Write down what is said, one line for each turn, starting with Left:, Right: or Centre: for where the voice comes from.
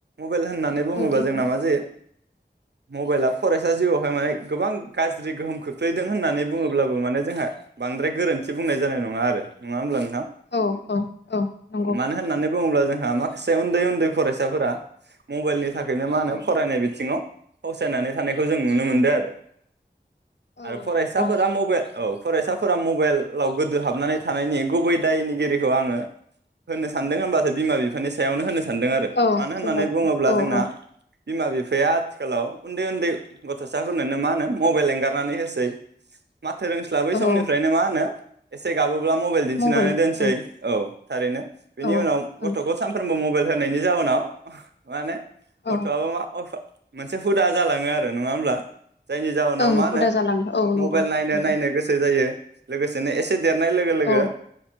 Right: मबाइल होननानै बुङोब्ला
Left: औ दे
Right: जोंना
Left: बुंदो
Right: मा जायो। मबाइला फरायसा जिउआवहाय माने गोबां गाज्रि गोहोम खोख्लैदों होननानै बुङोब्लाबो माने जोंहा बांद्राय गोरोन्थि बुंनाय जानाय नङा आरो नङा होनब्ला
Left: औ औ औ नंगौ।
Right: मानो होननानै बुङोब्ला जोंहा माखासे उन्दै उन्दै फरायसाफोरा मबेलनि थाखैनो मा होनो
Left: औ
Right: फरायनाय बिथिङाव फावसायनानै थानायखौ जों नुनो मोनदो आरो।
Left: औ
Right: आरो फरायसाफोरा
Left: नंगौ
Right: मबे औ फरायसाफोरा मबेल लाव गोदो हाबनानै थानायनि गुबै दायनिगिरिखौ आङो होननो सानदों ओमबासो बिमा बिफानि सायावनो होनो सानदों आरो
Left: औ
Right: मानो होननानै
Left: बिमा बिफानि
Right: बुङोब्ला
Left: औ
Right: जोंना
Left: औ
Right: बिमा बिफाया आथिखालाव उन्दै उन्दै गथ'साफोरनोनो मा होनो मबेल एंगारनानै होसै। माथो रोंस्लाबै
Left: औ
Right: समनिफ्रायनो मा होनो एसे गाबोब्ला म थिनानै
Left: मबाइल
Right: दोनसै
Left: ओं
Right: औ थारैनो बिनि
Left: औ
Right: उनाव गथ'खौ
Left: ओं
Right: सानफ्रोमबो मबेल होनायनि जाउनाव मा होनो गथ'आबो
Left: औ
Right: मा अफ' मोनसे हुदा जालाङो आरो नङा होमब्ला? जायनि जाहोनाव
Left: ओं
Right: मा होनो
Left: हुदा जालाङो औ नंगौ
Right: मबेल नायनो
Left: नंगौ
Right: नायनो गोसो जायो लोगोसेनो एसे देरनाय लोगो लोगो
Left: औ